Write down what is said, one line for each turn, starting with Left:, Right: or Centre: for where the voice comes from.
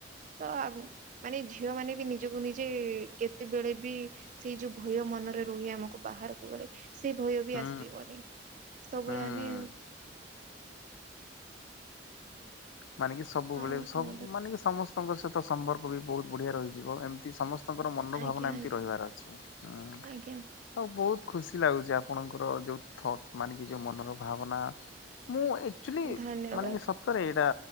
Right: ତ ମାନେ ଝିଅ ମାନେ ବି ନିଜକୁ ନିଜ ଯେ କେତେବେଳେ ବି ସେଇ ଯୋଉ ଭୟ ମନରେ ରୁହେ ଆମକୁ ବାହାରକୁ ଗଲେ ସେ ଭୟ ବି
Left: ହୁଁ
Right: ଆସିବନି ସବୁବେଳେ
Left: ହୁଁ।
Right: ଆମେ
Left: ମାନେ କି ସବୁବେଳେ
Right: ଆଉ
Left: ସବୁ
Right: କଣ
Left: ମାନେ କି ସମସ୍ତଙ୍କ ସହିତ ସମ୍ପର୍କ ବି ବହୁତ ବଢିଆ ରହିଯିବ ଏମ ସମସ୍ତଙ୍କର ମନୋଭାବନା
Right: ଆଜ୍ଞା ଆଜ୍ଞା
Left: ଏମିତି ରହିବାର ଅଛି ହଁ ଆଉ
Right: ଆଜ୍ଞା
Left: ବହୁତ ଖୁସି ଲାଗୁଛି ଆପଣଙ୍କର ଯୋଉ ଥଟ୍ ମାନେ କି ଯୋଉ ମନର ଭାବନା ମୁଁ ଆକ୍ଚୁଲି
Right: ଧନ୍ୟବାଦ।
Left: ମାନେ ସତରେ ଏଇଟା